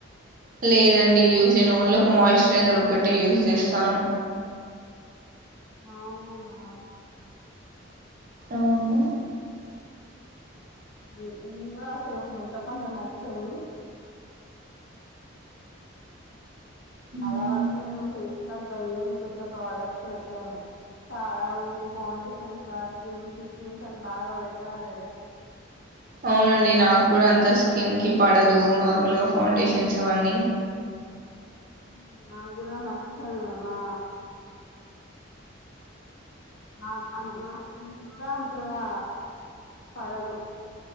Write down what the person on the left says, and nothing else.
ఆ ఔనా
ఏం ఆఫర్లండి అసలు మేకప్ అంటే నచ్చదు
చాలా వరకు నేను ఫేస్కు అంతా ఏం పెద్ద ప్రోడక్ట్స్ పెట్టాను చాలా మంది ఫౌండేషన్స్ ఆ క్రీమ్స్ ఈ క్రీమ్స్ అని బాగా పెడతారు కదా
ఉమ్ నాకు కూడా నచ్చదు నా ఆ నా స్కిన్ కి కూడా అంతగా పడదు